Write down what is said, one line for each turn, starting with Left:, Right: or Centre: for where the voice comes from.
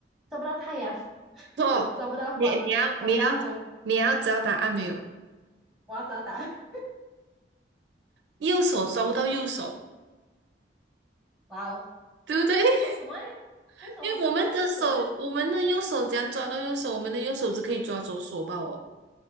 Centre: 抓不到太阳，<laughs>
Right: 错，
Centre: 抓不到光，
Right: 你你要你要你要知道答案没有？
Centre: 抓不到风。我要知道答案。
Right: 右手抓不到右手，
Centre: <laughs> 哇哦，
Right: 对不对？<laughs>
Centre: 为什么诶为什么抓不到右手诶
Right: 因为我们的手，我们的右手怎样抓到右手？我们的右手只可以抓左手吧？哦。